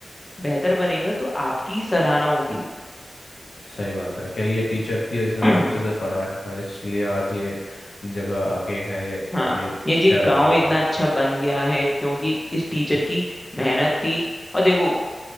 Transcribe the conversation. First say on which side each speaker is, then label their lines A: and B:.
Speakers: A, on the left; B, on the left.
A: बेहतर बनेगा तो आपकी ही सराहना होगी
B: सही बात है क्या ये टीचर थी और इसने
A: <clears throat>
B: उन्हें अच्छे से पढ़ाया था इसलिए आज ये जगह आगे है या या
A: हाँ
B: ये
A: ये
B: शहर
A: जी गांव
B: आगे
A: इतना
B: है
A: अच्छा बन गया है क्योंकि इस टीचर की मेहनत थी और देखो